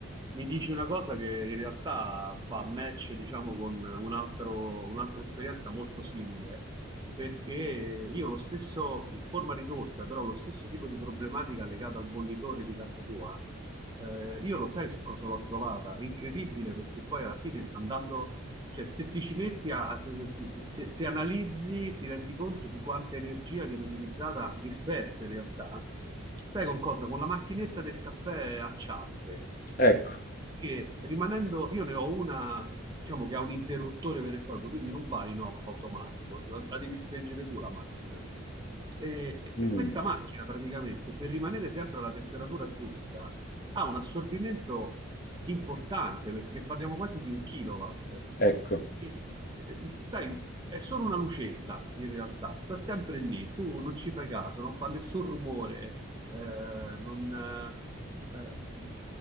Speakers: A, on the right; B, on the left.
A: mi dici una cosa che in realtà fa match, diciamo, con un altro- un'altra esperienza molto simile, perché io lo stesso, in forma ridotta, però lo stesso tipo di problematica legata al bollitore di casa tua, eh, io lo sai su cosa l'ho trovata? È incredibile perché poi alla fine andando, cioè se ti ci metti a, se, se- se- se analizzi, ti rendi conto di quanta energia viene utilizzata, dispersa in realtà Sai con cosa? Con la macchinetta del caffè a cialde,
B: Ecco,
A: che rimanendo, io ne ho una, diciamo che ha un interruttore vero e proprio, quindi non va in off automatico, la, la devi spengere tu la macchina. E,
B: Mm,
A: e questa macchina praticamente, per rimanere sempre alla temperatura giusta, ha un assorbimento importante, perché parliamo quasi di un kilowatt.
B: ecco,
A: E, eh, Sai, è solo una lucetta in realtà, sta sempre lì, tu non ci fai caso, non fa nessun rumore, eh, non, eh, eh,